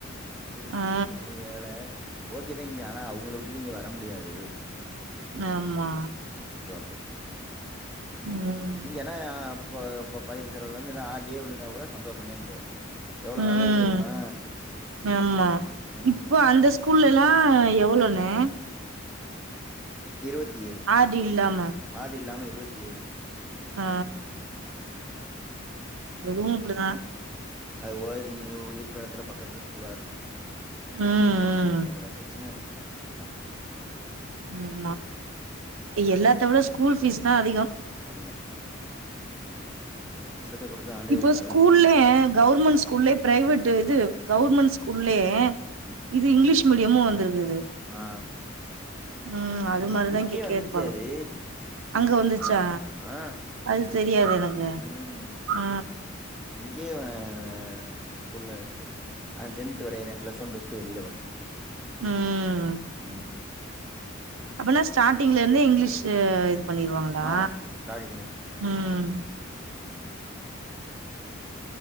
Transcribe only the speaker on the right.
ஆ
ஆமா
ம்
ம்
ஆமா
இப்போ அந்த ஸ்கூல்லல்லா எவ்வளோண்ணே
ஆர் டி இல்லாம
ஆ அதுவு இப்டிதா
ம்
ஆமா யெல்லாத்த விட ஸ்கூல் ஃபீஸ் தா அதிகொ
இப்போ
ஸ்கூல்ல கவர்மெண்ட் ஸ்கூல்லயே பிரைவேட் யிது கவர்மென்ட் ஸ்கூல் யே
யிது இங்கிலீஷ் மீடியமு வந்துருக்குது
ம் அது மாரிதா
இங்க
கேட்ப்பாங்க
அங்க வந்து சா
அது தெரியாது எனக்கு
ஆ
ம்
அப்பனா ஸ்டாட்டிங்லருந்து யிங்கிலீஷு பண்ணிருவாங்களா
ம் <inaudible>